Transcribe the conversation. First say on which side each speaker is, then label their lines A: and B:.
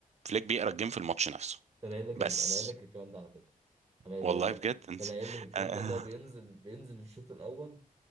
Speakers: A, on the right; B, on the right.
A: فليك بيقرا الجيم في الماتش نفسه
B: أنا قايل لك
A: بس
B: ال- أنا قايل لك الكلام ده على فكرة أنا قايل
A: والله
B: لك
A: بجد انت
B: أنا قايل
A: <laughs>
B: لك الكلام
A: آه، آه.
B: ده اللي هو بينزل بينزل الشوط الأول